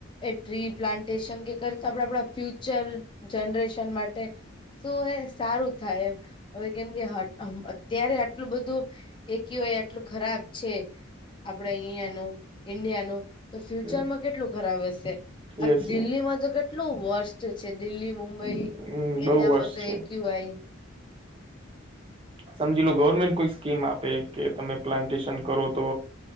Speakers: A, on the left; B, on the right.
A: એ ટ્રી પ્લાન્ટેશન કે કરત આપણા આપણા ફ્યુચર જનરેશન માટે શું એ સારું થાય એમ હવે કેમ કે હ અત્યારે આટલું બધું એ કેવાય આટલું ખરાબ છે આપડે અહિયાંનું ઈન્ડિયાનું તો ફ્યુચરમાં
B: હમ
A: કેટલું ખરાબ હશે આ
B: યસ
A: દિલ્હીમાં
B: યસ
A: તો કેટલું વર્ષ છે દિલ્હી મુંબઈ
B: હમ
A: એરિયામાં
B: બહુ વર્ષ
A: તો
B: છે
A: એકયુવાય
B: સમજી લો ગવર્મેન્ટ કોઈ સ્કીમ આપે કે તમે પ્લાન્ટેશન કરો તો